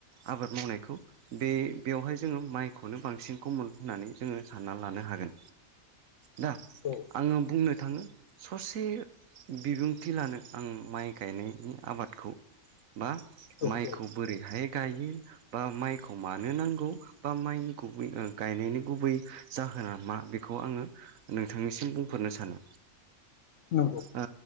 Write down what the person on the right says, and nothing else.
आबाद मावनायखौ बे बेवहाय जोङो माइखौनो बांसिन कमन होननानै जोङो सानना लानो हागोन। दा
आङो बुंनो थाङो ससे बिबुं थि लानो आं माइ गायनायनि आबादखौ बा
माइखौ
बोरैहाय गायो बा माइखौ मानो नांगौ बा माइनि गुबै गायनायनि गुबै जा होना मा बेखौ आङो नोंथांनिसिम बुंफोरनो सानो
ओ